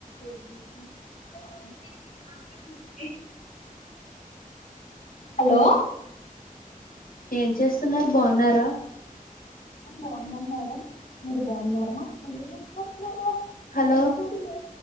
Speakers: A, on the left; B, on the left.
A: ఏం చేస్తు
B: చిలుకలు కొట్టి అక్కడ నేనే హలో
A: ఏం చేస్తున్నారు బాగున్నారా
B: బాగున్నా మేడం మీరు బాగున్నారా అ <inaudible> తన్నారా
A: హలో
B: మీతోటి మా